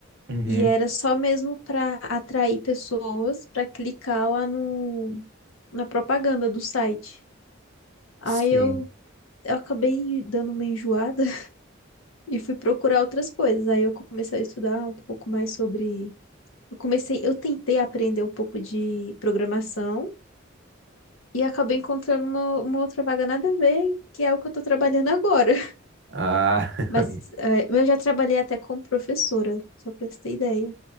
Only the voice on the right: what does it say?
Uhum.
Sim.
Ah, <laughs>